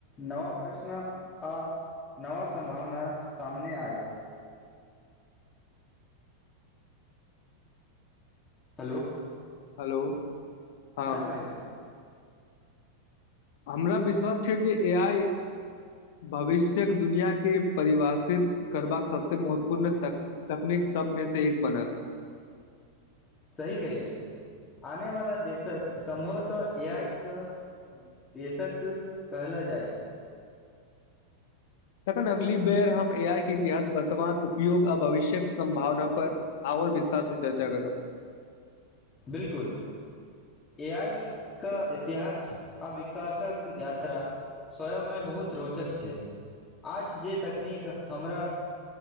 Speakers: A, on the left; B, on the left.
A: नवा प्रश्न आ नवा संभावना सामने आयत। हेलो
B: हेलो हँ
A: कब अलै?
B: हमरा विश्वास छै जे ए आइ भविष्यक दुनिया के परिभाषित करबाक सबस महत्वपूर्ण त तकनीक सबमे से एक बनत।
A: सही कले आनेवाला देशक सम्भवतः ए आइ के देशक कहल जाइत।
B: तखन अगली बेर हम ए आई के इतिहास वर्तमान उपयोग आ भविष्यक सम्भावना पर आओर विस्तार से चर्चा करब।
A: बिलकुल। ए आइ कऽ इतिहास आ विकासक यात्रा स्वयंमे बहुत रोचक छै। आज जे तकनीक हमरा